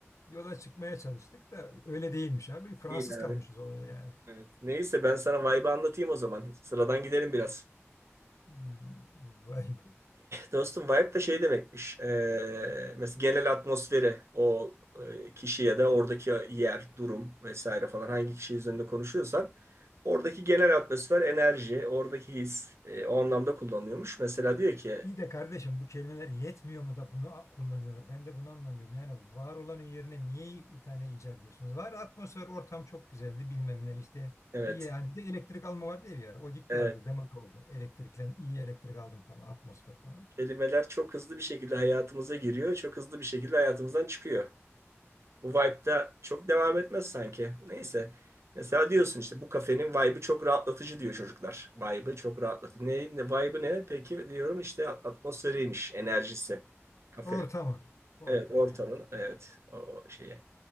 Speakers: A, on the left (about 80°); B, on the right (about 65°).
A: yola çıkmaya çalıştık da öyle değilmiş abi. Fransız
B: Değil
A: kalmışız
B: abi.
A: olaya yani.
B: Evet. Neyse ben sana Vibe'ı anlatayım o zaman. Sıradan gidelim biraz.
A: Hmm, Vay be.
B: Dostum Vibe de şey demekmiş. Ee, mesela genel atmosferi o e, kişi ya da oradaki yer, durum vesaire falan hangi kişi üzerinde konuşuyorsan oradaki genel atmosfer, enerji, oradaki his e, o anlamda kullanıyormuş. Mesela diyor ki
A: İyi de kardeşim bu kelimeler yetmiyor mu da bunu a- kullanıyorlar? Ben de bunu anlamıyorum. Yani var olanın yerine niye bir tane icat ediyorsunuz? Var atmosfer, ortam çok güzeldi bilmem ne işte.
B: evet,
A: İyi yani bir de elektrik alma vardı ya bir ara. O gitti
B: evet
A: herhalde demode oldu. Elektriklen iyi elektrik aldım falan atmosfer falan.
B: kelimeler çok hızlı bir şekilde hayatımıza giriyor, çok hızlı bir şekilde hayatımızdan çıkıyor. Bu vibe'da çok devam etmez sanki. Neyse. Mesela diyorsun işte bu kafenin vibe'ı çok rahatlatıcı diyor çocuklar. Vibe'ı çok rahatlatıcı. Ne, ne- vibe'ı ne? Peki diyorum işte at- atmosferiymiş, enerjisi kafenin.
A: Ortamı. Ortamı
B: Evet, ortamın.
A: yani.
B: Evet, o o şeyi.